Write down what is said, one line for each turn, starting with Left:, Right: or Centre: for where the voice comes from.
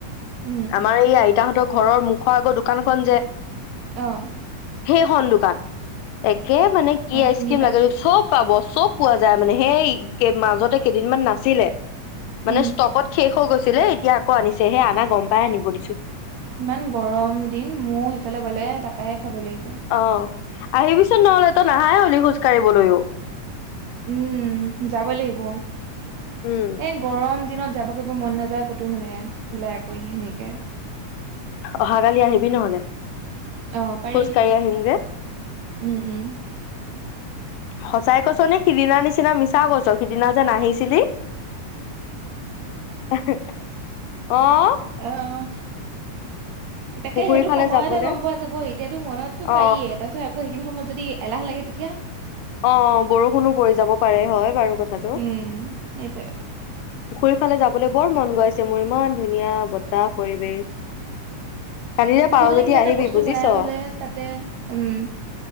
Right: উম
Left: আমাৰ এই আই তাহঁতৰ ঘৰৰ মুখৰ আগৰ দোকানখন যে
Right: আহ।
Left: সেইখন দোকান। একে মানে কি আইচ
Right: চিনি
Left: ক্ৰীম
Right: পাইছো
Left: লাগে চব পা বস্তু। চব পোৱা যায় মানে সেই মাজতে কেইদিনমান নাছিলে। মানে
Right: উম
Left: ষ্টকত শেষ হৈ গৈছে। আছিলে এতিয়া আকৌ আনিছেহে আনা গম পাই আনিব দিছো
Right: ইমান গৰম দিন মোৰ সেইফালে গলে তাৰাপাই খাব লাগিব।
Left: অ আহিবিচোন নহ'লেটো নাহাই হ'লি খোজ কাঢ়িবলৈও।
Right: উম যাব লাগিব।
Left: উম
Right: এ গৰম দিনত যাব গ মন নাযায় ক'তো মানে ওলাই আকৈ সেনেকে।
Left: অহাকালি আহিবি নহলে
Right: অ পাৰি
Left: খোজ কাঢ়ি আহিম যে
Right: উম উম।
Left: সঁচাই কৈছ নে সিদিনা নিচিনা মিছা কৈছ সিদিনা যে নাহিছিলি। অ
Right: আহ। তাকে
Left: পুখুৰী
Right: সেইটো
Left: ফালে
Right: সময়তহে
Left: যাবলে
Right: গম পোৱা যাব। এতিয়াতো মনততো
Left: অ
Right: পাৰিয়ে, তাৰ পিছত আকৌ সেইখিনি সময়ত যদি এলাহ লাগে তেতিয়া
Left: অ' বৰষুণো পৰি যাব পাৰে হয় বাৰু। কথাটো
Right: উম, সেইটোৱে।
Left: পুখুৰীৰ ফালে যাবলৈ বৰ মন গৈ আছে মোৰ, ইমান ধুনীয়া বতাহ পৰিৱেশ। কালিলে পাৰ
Right: ঘৰতে
Left: যদি
Right: কিবা
Left: আহিবি
Right: এটা বস্তু
Left: বুজিছ।
Right: বনাই পেলাই তাতে উম